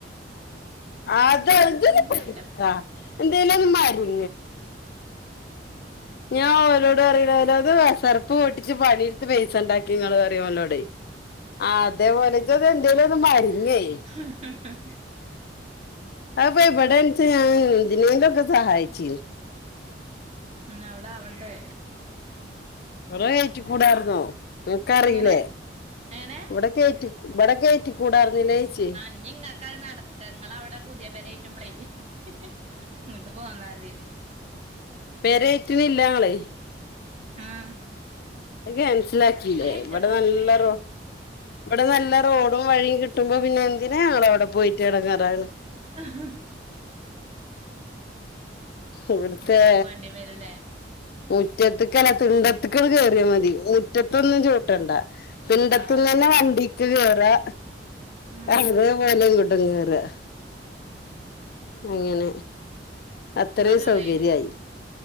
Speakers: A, on the right; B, on the left.
A: കള്ളിത്തൂണി
B: അത അത് പോയിക്കാ
A: അല്ല
B: എന്തല്ല മാറി ഞാൻ ഓരോട് പറയിയാലും അത് വസർപ്പ് പൊട്ടിച്ച് പണി പൈസ ഉണ്ടാക്കി നിങ്ങ അറിയല്ലോടെ അതേപോലെത് എന്തേലും ത് മരിങ്ങേ
A: ആ ഹഹ
B: അവ് വടെ ൻച ഞാൻ എന്തിനെ കെ സഹായിചിനി
A: ഉം ന്നാ അവൾ അവൾടെ
B: ഇവിടെ കേറ്റിക്കൂടായിരുന്നോ നിനക്കറിയില്ലേ
A: എങ്ങനെ എങ്ങനെ
B: ഇവിടെ കേറ്റി ഇവട കെറ്റി കൂടായിരുന്നില്ലേ ച്ചി
A: ഇനി ഇങ്ങക്ക് നടക്ക ങ്ങളവിടെ പുതിയ പെര കിട്ടു മ്പോളേ ഇങ്ങോട്ട് പോന്നാതി
B: പേരഏറ്റിനഇല്ലാ ഞങ്ങള്
A: ഉം
B: അത് ക്യാൻസലാക്കിയില്ലേ
A: അയിന്റെ
B: ഇവിടെ
A: റബ്ബേ
B: നല്ലറോ ഇവിടെ നല്ല റോഡും വഴിയും കിട്ടുമ്പോ പിന്നെ എന്തിനാ ഞങ്ങ അവിടെ പോയിട്ട് കിടങ്ങാറാണ്
A: ആ <inaudible>
B: ഇവിടുത്തെ
A: മുറ്റത്ത്ക്ക് വണ്ടിം വരുംല്ലേ
B: മുറ്റത്തക്കല്ല തിണ്ടം <unintelligible> കേറിയാ മതി മുറ്റത്തൊന്നും ചൗട്ടണ്ട തിണ്ടത്തന്നെ
A: ആഹ്
B: വണ്ടിക്ക് കേറാ
A: ഉം
B: അതപോലെ <unintelligible> അങ്ങനെ അത്രയും
A: ഇങ്ങളെ ചോറെയ്ഞ്ഞോ
B: സൗകര്യായി